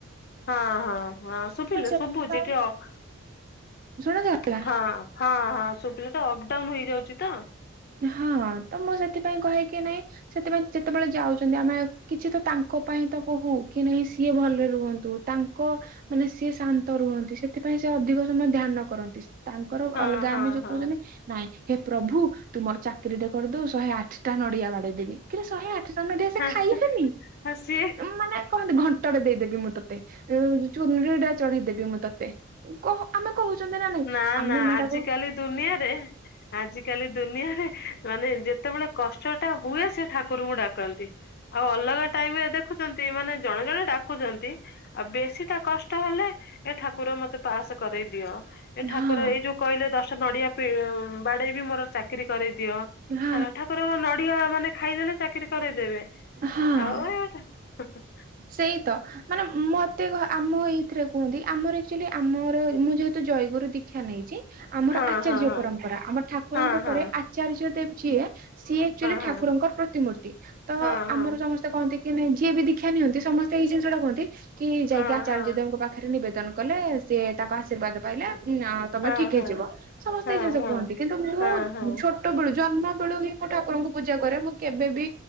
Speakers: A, on the left; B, on the right.
A: ହଁ ହଁ ହଁ ଶୁଭିଲା
B: ତ ସେଥିପାଇଁ
A: ଶୁଭୁଚି <unintelligible>
B: ଶୁଣାଯାଉଥିଲା
A: ହଁ ହଁ ହଁ ସୁବିଲା ଟ ଅପଡାଉନ ହେଇଯାଉଛି ତ।
B: ହଁ ତ ମୁଁ ସେଥିପାଇଁ କହେକି ନାଇଁ ସେଥିପାଇଁ ଯେତେବେଳେ ଯାଉଛନ୍ତି ଆମେ କିଛି ତ ତାଙ୍କ ପାଇଁ ତ କହୁ କି ନାଇଁ ସିଏ ଭଲରେ ରୁହନ୍ତୁ। ତାଙ୍କ ମାନେ ସିଏ ଶାନ୍ତ ରୁହନ୍ତି ସେଥିପାଇଁ ସେ ଅଧିକ ସମୟ ଧ୍ୟାନ କରନ୍ତି। ତାଙ୍କର
A: ହଁ
B: ଅଲଗା
A: ହଁ
B: ଆମେ ଯୋଉ
A: ହଁ।
B: କହୁଛନ୍ତି ନାଇଁ ହେ ପ୍ରଭୁ ତୁମର ଚାକିରିଟେ କରିଦଉ ଶହେ ଆଠ ଟା ନଡିଆ ବାଡ଼େଇଦେବି କିରେ ଶହେ ଆଠଟା ନଡ଼ିଆ ସେ
A: ହଁ
B: ଖାଇବେନି।
A: ହଁ, ସିଏ
B: ମାନେ କହନ୍ତି ଘଣ୍ଟଟେ ଦେଇଦେବି ମୁଁ ତୋତେ। ଯୋଉ ଚୁନୁରିଟା ଚଢେଇଦେବି ମୁଁ ତତେ। କହ ଆମେ କହୁଛନ୍ତି ନା
A: ନା ନା
B: ମେଢାକୁ
A: ଆଜିକାଲି ଦୁନିଆରେ ଆଜିକାଲି ଦୁନିଆରେ ମାନେ, ଯେତେବେଳେ କଷ୍ଟ ଟା ହୁଏ ସେ ଠାକୁରଙ୍କୁ ଡାକନ୍ତି। ଆଉ ଅଲଗା ଟାଇମରେ ଦେଖୁଛନ୍ତି ମାନେ ଜଣେ ଜଣେ ଡାକୁଛନ୍ତି ଆଉ ବେଶୀ ଟା କଷ୍ଟ ହେଲେ ଏ ଠାକୁର ମତେ ପାସ୍ କରେଇ ଦିଅ। ଏ
B: ହଁ
A: ଠାକୁର ଏଇ ଯୋଉ କହିଲେ ଦଶଟା ନଡିଆ ପିଅ ବାଡେଇ ବି ମୋର ଚାକିରି କରେଇଦିଅ।
B: ହଁ
A: ହେଲା ଠାକୁରଙ୍କ ନଡିଆ ମାନେ ଖାଇଦେଲେ ଚାକିରି କରଦେବେ
B: ହଁ
A: ଆଉ ଏ ହୁଁ ହୁଁ।
B: ସେଇ ତ ମାନେ ମ ତେ ଆମ ଏଇଥିରେ କୁହନ୍ତି ଆମର ଆକ୍ଟୁଆଲି ଆମର ମୁଁ ଯେହେତୁ ଜୟଗୁରୁ ଦୀକ୍ଷା ନେଇଛି। ଆମର
A: ହଁ
B: ଆଚାର୍ଯ୍ୟ
A: ହଁ ହଁ
B: ପରମ୍ପରା, ଆମର ଠାକୁରଙ୍କ
A: ହଁ
B: ପରେ
A: ହଁ
B: ଆଚାର୍ଯ୍ୟ ଦେବ ଯିଏ ସିଏ ଆକ୍ଚୁଆଲି
A: ହଁ
B: ଠାକୁରଙ୍କର ପ୍ରତିମୂର୍ତ୍ତି, ତ
A: ହଁ ହଁ
B: ଆମର ସମସ୍ତେ କହନ୍ତି କି ନାଇଁ ଯିଏ ବି ଦିକ୍ଷା ନିଅନ୍ତି, ସମସ୍ତେ ଏଇ ଜିନିଷ ଟା କୁହନ୍ତି କି ଯାଇକି
A: ହଁ
B: ଆଚାର୍ଯ୍ୟଦ
A: ହଁ
B: ପାଖ ରେ ନିବେଦନ କଲେ, ସିଏ ତାଙ୍କ ଆଶୀର୍ବାଦ ପାଇଲେ ଉନା ତମେ
A: ହଁ
B: ଠିକ
A: ହଁ
B: ହେଇଯିବ, ସମସ୍ତେ
A: ହଁ
B: ଏଇ ଜିନିଷ
A: ହଁ
B: କୁହନ୍ତି କିନ୍ତୁ ମୁଁ ଛୋ
A: ହଁ ହଁ
B: ଛୋଟ ବେଳୁ ଜନ୍ମ ବେଳୁ ହିଁ ମୁଁ ଠାକୁରଙ୍କୁ ପୂଜା କରେ, ମୁଁ କେବେ ବି